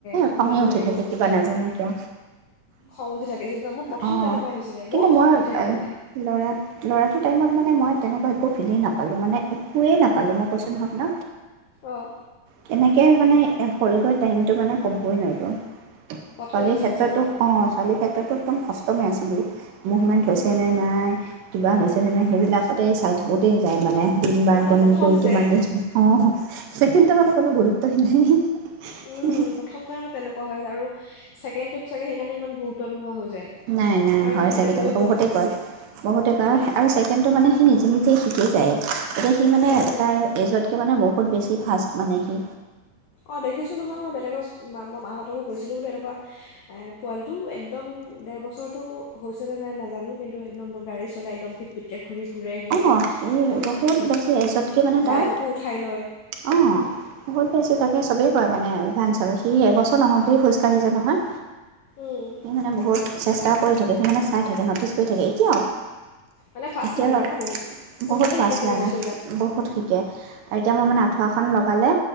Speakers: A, on the left; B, on the right.
A: সকলোৱে
B: খঙে
A: নোৱাৰিব
B: উঠি থাকে
A: মানে
B: কিবা নাজানো। এ
A: খং উঠি থাকিছিল ন মোৰ প্ৰথম
B: অ'‌
A: তেনেকুৱা হৈছিলে
B: কিন্তু
A: বহুত খং
B: মই
A: উঠি থাকে মানে
B: ল'ৰা ল'ৰাটোৰ টাইমত মানে মই তেনেকুৱা একো ফিলেই নাপালো মানে একোৱে নাপালো মই কৈছ নত ন,
A: অঁ
B: কেনেকে? এ মানে হ'লগৈ টাইমটো মানে কম ক নাইতো
A: পটকৈ
B: ছোৱালীৰ
A: গুচি
B: ক্ষেত্ৰতো
A: গৈছে ন
B: অ' ছোৱালীৰ ক্ষেত্ৰতো একদম সষ্টমে আছিলো মুভমেণ্ট হৈছে
A: উম,
B: নে নাই কিবা
A: উম,
B: হৈছে নে নাই সেইবিলাকতেই চাই থাকোঁতেই যায় মানে দিন বাৰ
A: মানে
B: গণি
A: প্ৰথম
B: কৰি
A: যে
B: কিমান দিন অ'। <unintelligible> নৰ মানে কোনো গুৰুত্বই নাই।
A: উম, প্ৰথম কাৰণে তেনেকুৱা হয় আৰু। ছেকেণ্ডত চাগে সেইকাৰণে ইমান গুৰুত্ব <unintelligible>
B: নাই নাই
A: কাৰণ
B: হয়
A: হেণ্ডেল
B: চাগে তেওঁলোকে
A: হৈ গ'ল
B: বহুতেই
A: প্ৰথমটো
B: কয় বহুতে কয়
A: অঁ
B: আৰু চছেকেণ্ডটো মানে সি নিজে নিজে কি যায় এতিয়া সি মানে
A: উম,
B: তাৰ এজতকে মানে বহুত বহুত বেছি ফাষ্ট মানে সি
A: অ' দেখিছো নহয় মই বেলেগক মাহঁতকো কৈছিলো দেই পোৱালি একদম ডেৰ বছৰত ত' হৈছেনে নাই নাজানো কিন্তু একদম গাড়ী চলাই একদম পিট পিটকে ঘূৰি ফুৰে সি
B: অ', সি
A: খালী
B: বহুত বেছি এজতকে মানে
A: বায়েককো
B: তাৰ
A: উঠাই লয়
B: অ', বহুত বেছি তাক চবেই কয় মানে সি এবছৰ নহওঁতেই খোজকাঢ়ি যায় নহয়।
A: উম,
B: এই মানে বহুত চেষ্টা কৰি থাকে সি মানে চাই থাকে ন'টিছ কৰি থাকে এতিয়াও
A: মানে ফাৰ্চ
B: এতিয়া
A: লাৰ্নিং ন'। বহুত সোনকালে
B: বহুত
A: শিকে
B: ফাৰ্ষ্ট
A: চাগে
B: লাৰ্নাৰ
A: বস্তুবিলাক
B: মানে বহুত শিকে আৰু এতিয়া
A: উম,
B: মই মানে আঁঠুৱা এখন লগালে